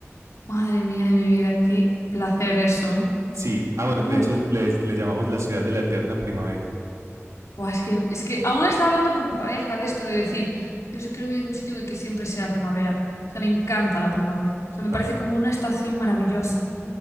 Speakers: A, on the left; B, on the right.
A: Madre mía de mi vida, qué placer eso, ¿eh?
B: Sí, ah, bueno,
A: Buf.
B: de hecho le, le llamamos la ciudad de la eterna primavera.
A: Buah, es que, es que aún estaba hablando con mi pareja de esto, de decir, Dios, yo quiero vivir en un sitio en el que siempre sea primavera. O sea, me encanta la primavera. O sea, me
B: Ah,
A: parece como una estación maravillosa.